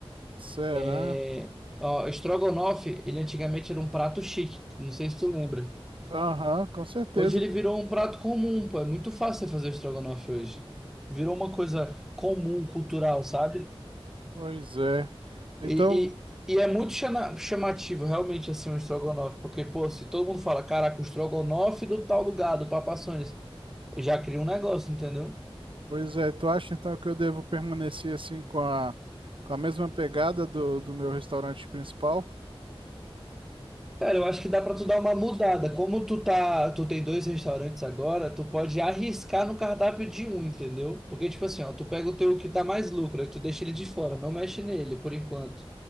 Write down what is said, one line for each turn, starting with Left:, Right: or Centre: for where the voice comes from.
Right: Será?
Centre: É, Ó, estrogonofe, ele antigamente era um prato chique, não sei se tu lembra.
Right: Aham, com certeza.
Centre: Hoje ele virou um prato comum, pô, é muito fácil você fazer estrogonofe hoje. Virou uma coisa comum, cultural, sabe?
Right: Pois é. Então,
Centre: E, e, e é muito chama- chamativo, realmente, assim, um estrogonofe, porque, pô, se todo mundo fala, caraca, o estrogonofe do tal lugar, do Papa John's", já cria um negócio, entendeu?
Right: pois é, tu acha então que eu devo permanecer assim com a, com a mesma pegada do, do meu restaurante principal?
Centre: Cara, eu acho que dá pra tu dar uma mudada. Como tu tá, tu tem dois restaurantes agora, tu pode arriscar no cardápio de um, entendeu? Porque tipo assim, ó, tu pega o teu que dá mais lucro, aí tu deixa ele de fora, não mexe nele por enquanto.